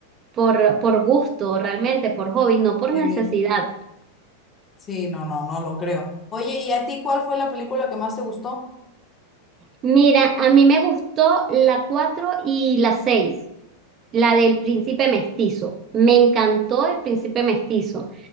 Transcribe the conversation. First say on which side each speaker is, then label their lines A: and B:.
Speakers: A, on the right; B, on the left.
A: por, por gusto, realmente, por hobby, no por
B: Sí,
A: necesidad.
B: sí, no, no, no lo creo. Oye, ¿y a ti cuál fue la película que más te gustó?
A: Mira, a mí me gustó la 4 y la 6 la del príncipe mestizo. Me encantó el príncipe mestizo.